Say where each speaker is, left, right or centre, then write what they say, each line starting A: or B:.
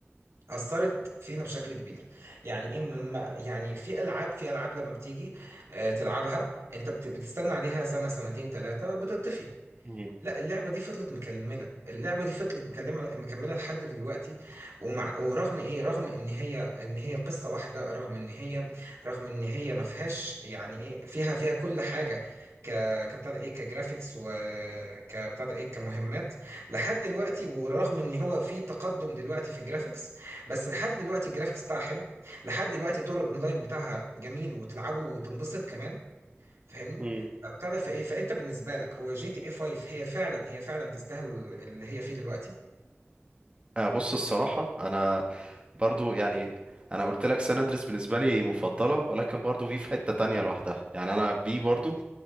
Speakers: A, on the right; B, on the right.
A: أثرت فينا بشكل كبير يعني إيه ما- يعني في ألعاب في ألعاب لما بتيجي آه، تلعبها أنت بت- بتستنى عليها سنة سنتين ثلاثة بتطفي
B: امم
A: لا اللعبة دي فضلت مكملة اللعبة دي فضلت مكملة مكملة لحد دلوقتي ومع ورغم ايه رغم ان هي ان هي قصة واحدة رغم ان هي رغم ان هي ما فيهاش يعني ايه فيها فيها كل حاجة ك كبتاع ده ايه كجرافيكس وكبتاع ده ايه كمهمات لحد دلوقتي ورغم ان هو في تقدم دلوقتي في الجرافيكس بس لحد دلوقتي الجرافيكس بتاعها حلو لحد دلوقتي طور الاونلاين بتاعها جميل وتلعبه وتنبسط كمان فاهمني
B: امم
A: فبتاع ده فايه فانت بالنسبه لك هو جي تي اي 5 هي فعلا هي فعلا تستاهل اللي هي فيه دلوقتي
B: آه بص الصراحه انا برضو يعني انا قلت لك سان اندريس بالنسبه لي مفضله ولكن برضو في في حته تانية لوحدها يعني انا في برضو